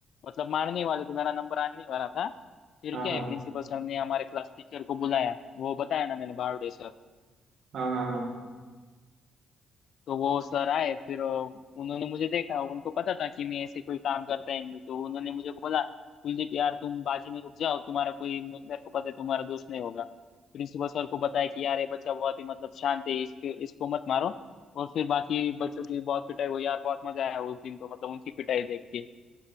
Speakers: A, on the left; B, on the right.
A: मतलब मारने वाले थे मेरा नंबर आने वाला था फिर
B: हाँ
A: क्या
B: हाँ
A: है प्रिंसिपल सर ने हमारे क्लास टीचर को बुलाया वो बताया ना मैंने बारोडे सर
B: हाँ हाँ हाँ
A: तो वो सर आए फिर अ, उन्होंने मुझे देखा उनको पता था कि मैं ऐसे कोई काम करता ही नहीं तो उन्होंने मुझे बोला कुलदीप यार तुम बाजू में रुक जाओ तुम्हारा कोई मेरे को पता है तुम्हारा दोस्त नहीं होगा प्रिंसिपल सर को बताया कि यार ये बच्चा बहुत ही मतलब शांत है इसके इसको मत मारो और फिर बाकी बच्चों की बहुत पिटाई हुई यार बहुत मजा आया उस दिन तो मतलब उनकी पिटाई देख के